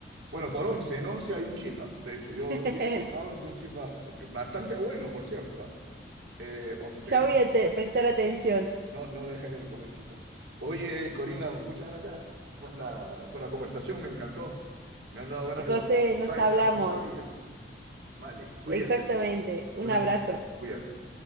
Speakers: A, on the right (about 80°); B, on the right (about 55°).
A: bueno, por Once, en Once hay un chifa. De hecho, yo
B: <laughs>
A: a Once un chifa bastante bueno, por cierto. ¿ah? Eh, o si te
B: ya
A: vienes,
B: voy a te- prestar atención.
A: no, no dejes de comer chifa. Oye, Corina, muchas gracias por la, por la conversación, me encantó. Me han dado ganas
B: José,
A: de volver a Buenos
B: nos
A: Aires
B: hablamos.
A: a comer parrilla. Vale, cuídate.
B: Exactamente, un
A: Una,
B: abrazo.
A: cuídate.